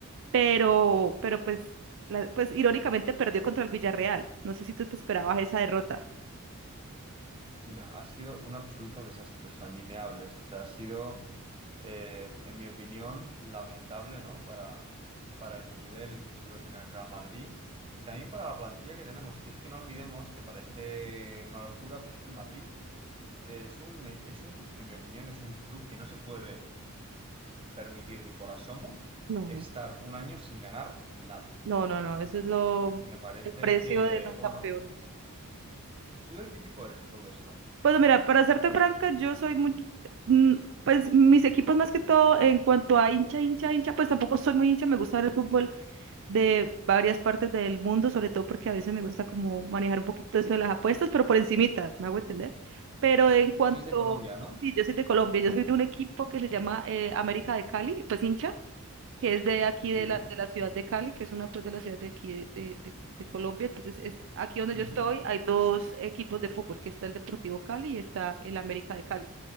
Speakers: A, on the right; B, on the right.
A: pero, pero pues, la- pues irónicamente perdió contra el Villarreal. No sé si tú te esperabas esa derrota.
B: Mira, ha sido un absoluto desastre, o sea, ni me hables, o sea, ha sido, eh, en mi opinión, lamentable, ¿no? Para, para el nivel que suele tener el Real Madrid y también para la plantilla que tenemos, que es que no olvidemos que parece una locura, pero es que el Madrid eh, es un, es un, en mi opinión, es un club que no se puede permitir ni por asomo
A: No,
B: estar
A: no.
B: un año sin ganar nada.
A: No, no, no, eso es lo,
B: Y me parece
A: el precio
B: que,
A: de los
B: bueno,
A: campeones.
B: ¿tú de qué equipo eres a todo esto?
A: Pues mira, para serte franca, yo soy muy, mm, pues mis equipos más que todo en cuanto a hincha, hincha, hincha, pues tampoco soy muy hincha, me gusta ver el fútbol de varias partes del mundo, sobre todo porque a veces me gusta como manejar un poquito eso de las apuestas, pero por encimita, me hago entender. Pero en cuanto,
B: Él es de Colombia, ¿no?
A: sí, yo soy de Colombia, yo soy de un equipo que se llama eh, América de Cali, pues hincha, que es de aquí
B: Sí,
A: de la, de la ciudad de Cali, que es una pues de la ciudad de aquí de, de- de- de Colombia. Entonces, este, aquí donde
B: ujú,
A: yo estoy hay dos equipos de fútbol, que está el Deportivo Cali y está el América de Cali.